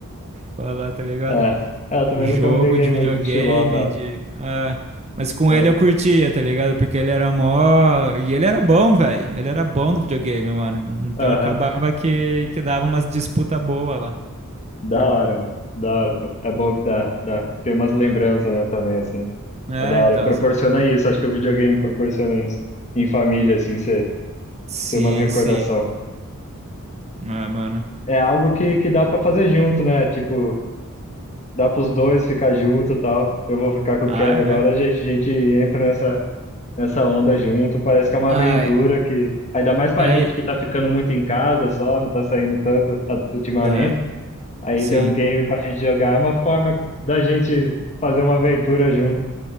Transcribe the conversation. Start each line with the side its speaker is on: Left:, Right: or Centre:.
Right: Falar, tá ligado?
Left: É, É, eu também
Right: Jogo
Left: nunca me liguei
Right: de
Left: muito
Right: videogame,
Left: em futebol, tá?
Right: de. Ah, mas com
Left: Eu,
Right: ele eu curtia, tá ligado? Porque ele era mó. E ele era bom, velho. Ele era bom do videogame, mano. Então
Left: aham,
Right: acabava que, que dava umas disputa boa lá.
Left: da hora, mano. Da hora, pô. É bom que dá, dá. Tem umas lembranças, né, também, assim.
Right: É,
Left: É da hora.
Right: então.
Left: Proporciona
Right: Essa...
Left: isso, acho que o videogame proporciona isso. Em família, assim, você
Right: Sim,
Left: tem umas recordações.
Right: sim. Ah, mano.
Left: É algo que, que dá pra fazer junto, né? Tipo, dá pros dois ficar junto e tal. Eu vou ficar com o
Right: Ah,
Left: Kevin agora,
Right: é.
Left: a gente, a gente entra nessa, nessa onda junto. Parece que é uma
Right: Ah,
Left: aventura
Right: é.
Left: que. Ainda mais pra
Right: É.
Left: gente que tá ficando muito em casa só, não tá saindo tanto a- ultimamente.
Right: É,
Left: Aí
Right: Sim.
Left: ter um game pra gente jogar é uma forma da gente fazer uma aventura junto